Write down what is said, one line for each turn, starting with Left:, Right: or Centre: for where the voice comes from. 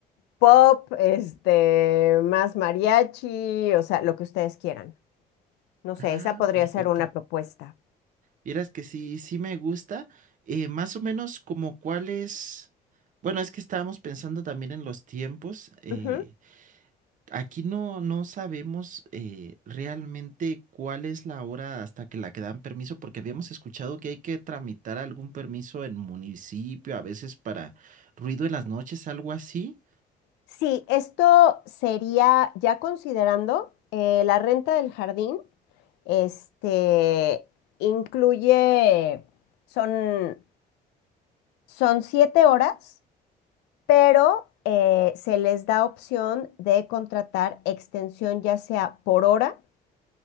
Left: pop, este, más mariachi, o sea, lo que ustedes quieran. No sé,
Right: Ah,
Left: esa podría
Right: perfecto.
Left: ser una propuesta.
Right: Vieras que sí, sí me gusta. eh, más o menos como cuáles. Bueno, es que estábamos pensando también en los tiempos. eh,
Left: Ujú.
Right: Aquí no, no sabemos eh, realmente cuál es la hora hasta que la que dan permiso, porque habíamos escuchado que hay que tramitar algún permiso en municipio, a veces para ruido en las noches, algo así.
Left: Sí, esto sería ya considerando eh, la renta del jardín, este, incluye, son, son siete horas pero eh, se les da opción de contratar extensión ya sea por hora